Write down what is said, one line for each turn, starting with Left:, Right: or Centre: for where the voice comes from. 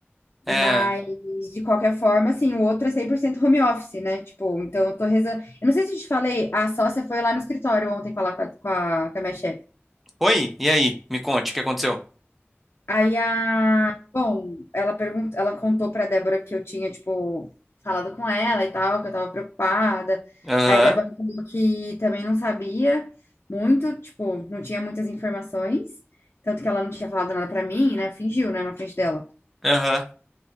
Centre: É.
Left: Mas, de qualquer forma, assim, o outro é 100% home office, né? Tipo, então eu tô rezando. Eu não sei se eu te falei, a sócia foi lá no escritório ontem falar com a, com a, com a minha chefe.
Centre: Oi, e aí? Me conte, o que aconteceu?
Left: Aí a. Bom, ela perguntou, ela contou pra Débora que eu tinha, tipo, falado com ela e tal, que eu tava preocupada.
Centre: Aham,
Left: Aí a Débora falou que também não sabia muito, tipo, não tinha muitas informações. Tanto que ela não tinha falado nada pra mim, né? Fingiu, né, na frente dela.
Centre: aham.